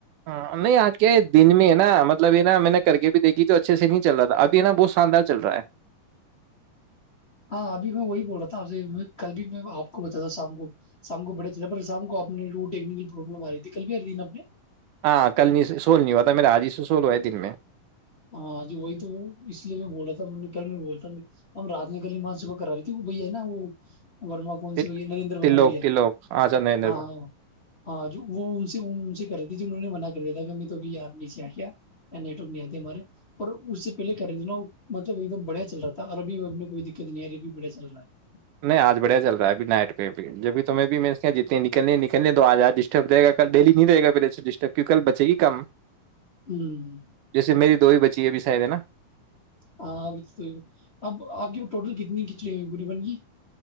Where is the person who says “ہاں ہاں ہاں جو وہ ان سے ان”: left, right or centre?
Left